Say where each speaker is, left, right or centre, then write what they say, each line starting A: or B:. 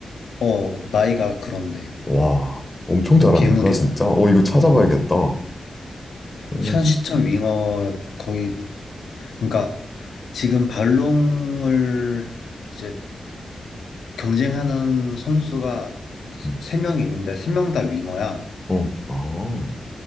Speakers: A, on the left; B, on the left.
A: 어, 나이가 그런데.
B: 와, 엄청 잘하는구나,
A: 괴물이야.
B: 진짜. 어, 이거 찾아봐야겠다.
A: 어,
B: 음,
A: 현 시점 윙어 거의, 그러니까 지금 발롱을 이제 경쟁하는 선수가
B: 음,
A: 세명이 있는데 세 명 다 윙어야.
B: 어, 아,